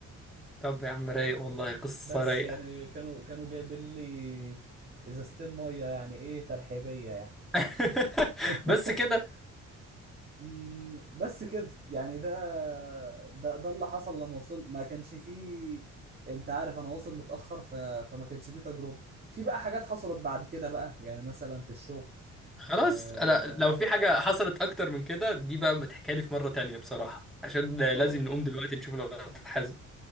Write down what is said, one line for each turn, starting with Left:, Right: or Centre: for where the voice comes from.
Centre: طب يا عم رايق والله قصه
Right: بس
Centre: رايقه
Right: يعني كانوا كانوا جايبين لي ازازتين مية يعني ايه ترحيبية يعني
Centre: <laughs>
Right: <laughs>
Centre: بس كده
Right: مم، بس كده يعني ده ده ده اللي حصل لما وصل ما كانش فيه انت عارف انا واصل متأخر ف... فما كانش فيه تجربة في بقى حاجات حصلت بعد كده بقى يعني مثلا في الشغل
Centre: خلاص
Right: آه...
Centre: انا لو في حاجة حصلت اكتر من كده دي بقى متحكالي في مرة تانية بصراحة عشان لازم
Right: خلاص
Centre: نقوم دلوقتي نشوف لو حازم